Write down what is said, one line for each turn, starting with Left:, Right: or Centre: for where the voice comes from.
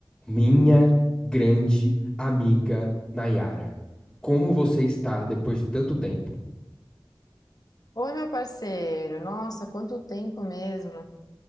Centre: Minha grande amiga Nayara, como você está depois de tanto tempo?
Left: Oi, meu parceiro. Nossa, quanto tempo mesmo.